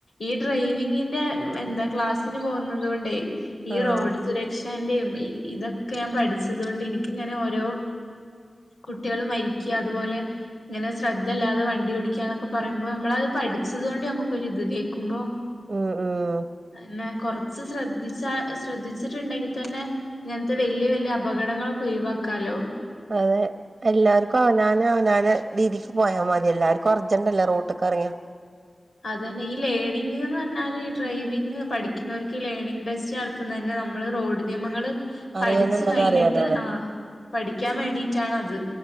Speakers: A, on the left; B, on the right.
A: ഈ ഡ്രൈവിങ്ങിന്റെ എന്താ ക്ലാസ്സിന് പോകുന്നത് കൊണ്ടേ ഈ
B: ആഹ്
A: റോഡ് സുരക്ഷ ന്റെ ഇതൊക്കെ ഞാൻ പഠിച്ചത് കൊണ്ട് എനിക്കിങ്ങനെ ഓരോ കുട്ടികളും മരിക്കുക അതുപോലെ ഇങ്ങനെ ശ്രദ്ധല്ലാതെ വണ്ടി ഓ ടിക്കാ എന്നൊക്കെ പറയുമ്പോ നമ്മള് അത് പഠിച്ചത് കൊണ്ട് നമുക്കൊരിത് കേൾക്കുമ്പോ
B: ഉം ഉം
A: പിന്ന കൊറച്ച് ശ്രദ്ധിച്ചാ ശ്രദ്ധിച്ചിട്ടുണ്ടെങ്കി തന്നെ ഇങ്ങനത്തെ വലിയ വലിയ അപകടങ്ങളൊക്കെ ഒയ് വാക്കാലോ
B: അതെ എല്ലാവർക്കും അവനാന് അവനാ ന് രീതിക്ക് പോയാ മതി എല്ലാർക്കും അർജന്റല്ലേ റോട്ട്ക്ക് ഇറങ്ങിയ
A: അതന്നെ ഈ ലേണിംഗ് എന്ന് പറഞ്ഞാല് ഈ ഡ്രൈവിംഗ് പഠിക്കുന്നവർക്ക് ലേണിങ് ടെസ്റ്റ് നടത്തുന്ന തന്നെ നമ്മള് റോഡ് നിയമങ്ങള്
B: അറിയോന്നുള്ളത്
A: പഠിച്ചു കഴിഞ്ഞിട്ട്
B: അറിയാനാണ്
A: ആ പഠിക്കാൻ വേണ്ടിയിട്ടാണ് അത്